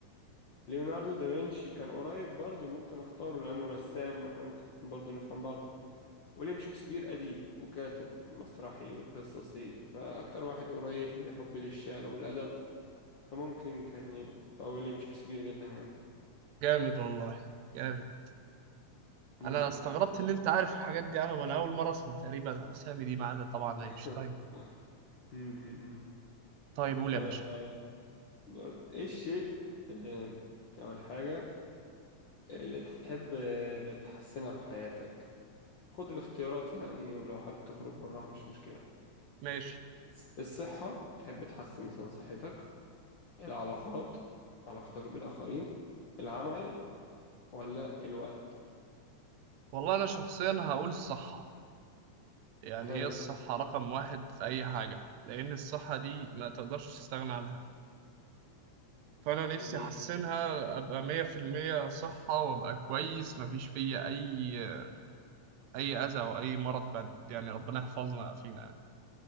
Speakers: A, on the left (about 55°); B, on the right (about 75°).
A: ليوناردو دافنشي كان قريب برضه ممكن اختاره لأنه رسام واحنا ممكن برضه نفهم بعض ويليام شكسبير أديب وكاتب مسرحي وقصصي فأكتر واحد قريب لحبي للشعر والأدب فممكن كان يبقى ويليام شكسبير جدا يعني
B: جامد والله جامد
A: مم.
B: أنا استغربت إن أنت عارف الحاجات دي أنا وأنا أول مرة أسمع تقريبا عن الأسامي دي ما عدا طبعا
A: <laughs>
B: أينشتاين
A: مم.
B: طيب قول يا
A: آه،
B: باشا
A: بقول- ايه الشيء آه، أول حاجة اللي تحب تحسنها في حياتك خد الاختيارات يعني ولو حابب تخرج براها مش مشكلة
B: ماشي
A: بس- الصحة تحب تحسن مثلا صحتك العلاقات علاقتك بالآخرين العمل ولا الوقت
B: والله أنا شخصيا هقول الصح يعني
A: حلو
B: هي الصحة رقم واحد في أي حاجة لأن الصحة دي ما تقدرش تستغنى عنها فأنا نفسي
A: جميل
B: أحسنها أبقى مية في المية صحة وأبقى كويس مفيش فيا أي أي أذى أو أي مرض بعد يعني ربنا يحفظنا فينا يعني